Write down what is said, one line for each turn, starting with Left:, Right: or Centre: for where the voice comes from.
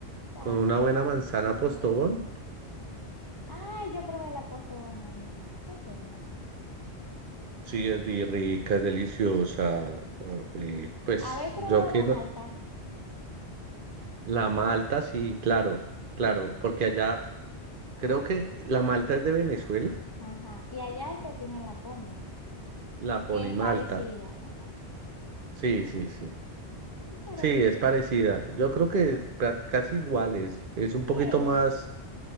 Left: Sabroso.
Right: con una buena manzana postobón.
Left: Ay, yo probé la postobón allá. Es bueno.
Right: Sí, es di- rica, es deliciosa. ah, Y pues
Left: ¿Habéis probado
Right: yo que
Left: la malta?
Right: no- la malta, sí, claro, claro, porque allá creo que la malta es de Venezuela,
Left: Ajá. Y allá usted tiene la pony,
Right: la pone
Left: que es parecida.
Right: Malta.
Left: Ajá,
Right: Sí, sí, sí.
Left: muy parecida.
Right: Sí, es parecida. Yo creo que ca- casi iguales, es un
Left: Sí,
Right: poquito más,